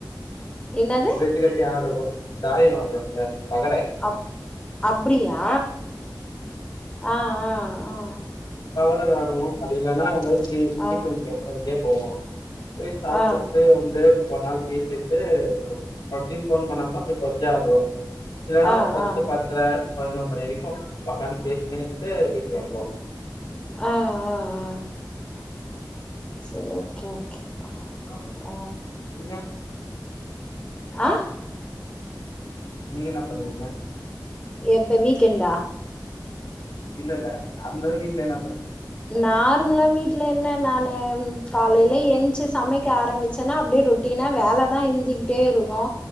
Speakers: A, on the left; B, on the left.
A: என்னது
B: பெட்டு கட்டி ஆடுவோ தாயம் ஆடுவாங்கல்ல பகடை
A: அப் அப்டியா ஆ ஆ அ
B: அப்பாவோட வெளாடுவோ அப்டி இல்லேன்னா <unintelligible>
A: ஆ
B: போடுவோ போய் சாப்புட்டு
A: ஆ
B: வந்து கொந் நேரோ பேசிட்டு பப்ஜிக் ஃபோன் பண்ணாங்கன்னா போய் பப்ஜி ஆடுவே இல்லன்னா
A: ஆ ஆ
B: ஒரு பத்து
A: ஆ
B: பத்தரை பதினொரு மணி வரைக்கு வொக்கான்னு பேசினே இருன்ட்டு வீட்டுக்கு வந்துருவோ
A: ஆ அ அ சரி ஓகே ஓகே
B: <inaudible>
A: ஆ
B: நீங்க
A: ஆ
B: நீங்க என்னா பண்ணுவீங்க
A: எப்ப வீக்கென்டா?
B: இல்ல இல்ல நார்மலாவே வீட்ல என்னாப்
A: நார்மலா வீட்டுல என்ன நானு காலையில என்ச்சு சமைக்க ஆரம்பிச்சனா அப்டியே ரொட்டினா வேலதா இந்துகிட்டே இருக்கு